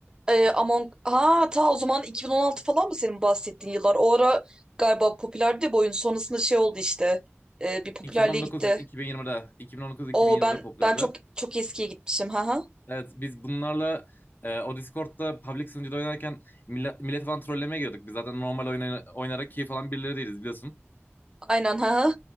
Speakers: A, on the right; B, on the left.
A: e, Among... Ha ta o zaman 2016 falan mı senin bahsettiğin yıllar? O ara galiba popülerdi bu oyun. Sonrasında şey oldu işte. E, bir popülerliğe
B: 2019-2020'de
A: gitti.
B: 2019-2020'de
A: O ben
B: popülerdi.
A: ben çok çok eskiye gitmişim. Ha ha.
B: Evet biz bunlarla e, o Discord'da public sunucuda oynarken millet, millet falan trollemeye giriyorduk. Biz zaten normal oyna, oynarak keyif alan birileri değiliz biliyorsun.
A: Aynen ha ha.